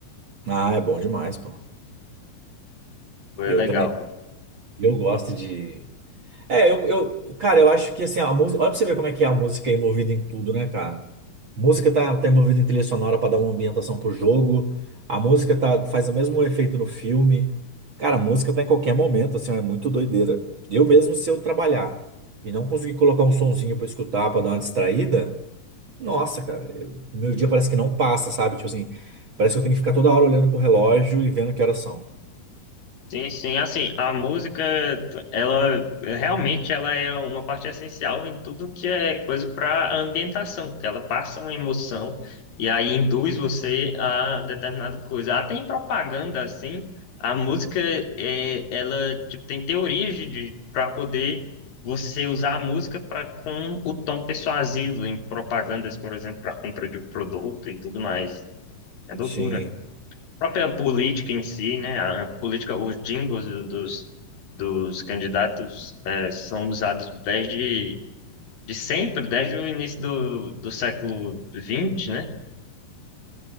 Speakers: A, on the right; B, on the left.
A: Ah, é bom demais, pô.
B: Foi
A: Eu
B: legal.
A: também. Eu gosto de. É, eu, eu, cara, eu acho que assim, a música. Olha pra você ver como é que é a música envolvida em tudo, né, cara? Música tá, tá envolvida em trilha sonora pra dar uma ambientação pro jogo. A música tá, faz o mesmo efeito no filme. Cara, a música tá em qualquer momento, assim, é muito doideira. Eu mesmo, se eu trabalhar e não conseguir colocar um sonzinho pra escutar, pra dar uma distraída, nossa, cara, eu- meu dia parece que não passa, sabe? Tipo assim, parece que eu tenho que ficar toda hora olhando pro relógio e vendo que horas são.
B: Sim, sim, assim, a música, ela realmente ela é uma parte essencial em tudo que é coisa para ambientação, porque ela passa uma emoção e aí induz você a determinada coisa. Até em propaganda, assim, a música é, ela tipo tem teorias de para poder você usar a música para com o tom persuasivo em propagandas, por exemplo, para compra de um produto e tudo mais. É loucura
A: Sim.
B: própria política em si, né? A política, os jingles do- dos, dos candidatos eh, são usados desde de sempre, desde o início do, do século vinte, né?